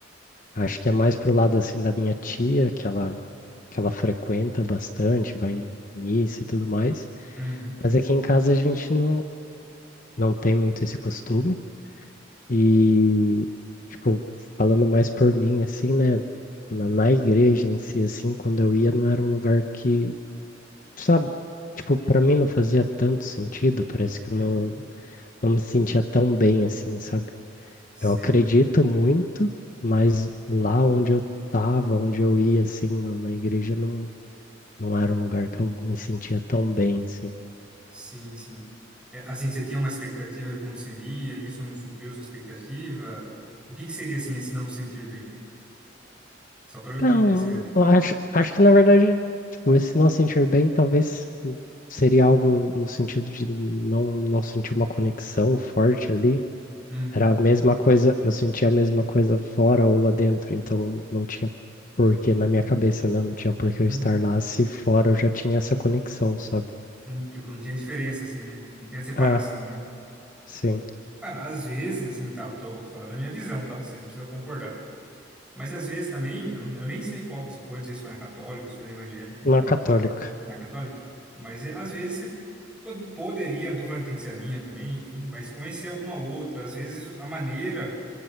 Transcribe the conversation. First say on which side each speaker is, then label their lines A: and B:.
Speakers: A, on the left (about 45°); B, in the centre.
A: Acho que é mais pro lado assim da minha tia, que ela que ela frequenta bastante, vai em missa e tudo mais.
B: uhum,
A: Mas aqui em casa a gente não não tem muito esse costume. E, tipo, falando mais por mim, assim, né? Na, na igreja em si, assim, quando eu ia, não era um lugar que, sabe? Tipo, pra mim não fazia tanto sentido, parece que eu
B: uhum.
A: não, não me sentia tão bem, assim, sabe?
B: Sei.
A: Eu acredito muito, mas lá onde eu tava, onde eu ia, assim, na na igreja, não, não era um lugar que eu me sentia tão bem, assim.
B: Sim, sim. É, assim, você tinha uma expectativa de como seria, e isso não supriu sua expectativa? O que que seria assim esse não sentir bem? Só pra eu
A: Então,
B: entender assim mesmo.
A: eu acho, acho que, na verdade, tipo, esse não sentir bem talvez Seria algo no sentido de não, não sentir uma conexão forte ali.
B: Uhum,
A: Era a mesma coisa, eu sentia a mesma coisa fora ou lá dentro, então não tinha porquê na minha cabeça, né? Não tinha porquê eu
B: uhum,
A: estar lá se fora eu já tinha essa conexão, sabe?
B: Hum, Tipo, não tinha diferença assim, né? Não tinha separação,
A: Ah,
B: né?
A: sim,
B: Cara, às vezes, assim, tá, eu tô falando a minha visão, tá? Você não precisa concordar. Mas às vezes também, eu, não- eu nem sei qual você foi, não sei se foi na católica, se foi na evangélica, enfim,
A: na católica.
B: na católica. Mas é, às vezes você po- poderia, não tô falando que tem que ser a minha também, enfim, mas conhecer alguma outra. Às vezes a maneira